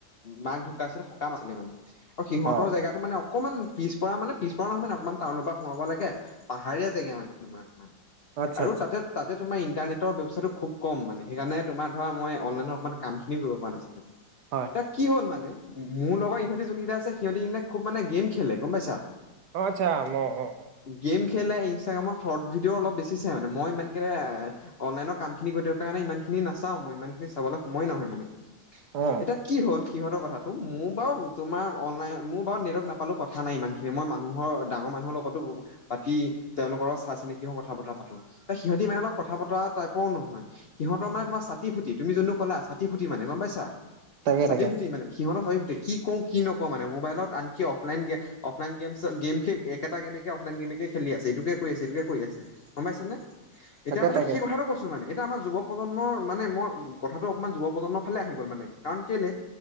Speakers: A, on the left; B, on the right.
A: মাক ঢুকাইছিলে সকাম আছিলে মানে। আৰু সিহঁতৰ
B: অ
A: জেগাটো মানে অকমান পিছ পৰা মানে পিছপৰা নহয় মানে অকণমান টাউনৰ পৰা সোমাব লাগে পাহাৰীয়া জেগা মানে তোমাৰ অকণমান
B: আচ্ছা
A: আৰু
B: আচ্ছা
A: তাতে তাতে তোমাৰ ইণ্টাৰনেটৰ ব্যৱস্থাটো খুব কম মানে। সেইকাৰণে তোমাৰ ধৰা মই অনলাইনত অকণমান কামখিনি কৰিব পৰা নাছিলোঁ। এতিয়া
B: হয়।
A: কি হল মানে মোৰ লগৰ ইহঁতি যোন কেইটা আছে সিহঁতি মানে খুব মানে গেম খেলে গম পাইছা
B: অ' আতচ্ছা অ' অ'।
A: গেম খেলে ইনষ্টাগ্ৰামৰ শ্বৰ্ট ভিডিঅ' অলপ বেছি চাই মানে মই ইমান কে অনলাইনৰ কাম খিনি কৰি থাকো কাৰণে ইমান খিনি নাচাও মই ইমান খিনি চাবলৈ সময় নহয় মানে।
B: উম
A: এতিয়া কি হ'ল সিহঁতৰ কথাটো, মোৰ বাৰু তোমাৰ অনলাইন মোৰ বাৰু নেটৱৰ্ক নাপালোঁ কথা নাই ইমানখিনি মই মানুহৰ ডাঙৰ মানুহৰ লগতো পাতি তেওঁলোকৰ লগত চা চিনাকি হও কথা বতৰা পাতো। সিহঁতি মানে অলপ কথা বতৰা টাইপৰো নহয়, সিহঁত ত মনে তোমাৰ চাতি ফুটি তুমি যোনটো কলা চাতি ফুটি মানে, গম পইছা?
B: তাকে
A: চাতি
B: তাকে
A: ফুটি মানে সিহতে ভাৱি কি ক'ৰো কি নক'ৰো মানে মোবাইলত আনকি অফলাইন গে অফলাইন গেমছ গেম একেটা গেমেকে অফলাইন গেম খেলি আছে এইটোকে কৰি আছে এইটোকে কৰি আছে গম পইছা নে? এতিয়া
B: তাকে
A: মানে
B: তাকে
A: সেই কথাটো কৈছো মানে এতিয়া আমাৰ যুৱ প্ৰজন্মৰ মানে মই কথাটো অকমান যুৱ প্ৰজন্মৰ ফালে আহি গ'ল মানে, কাৰণ কেলে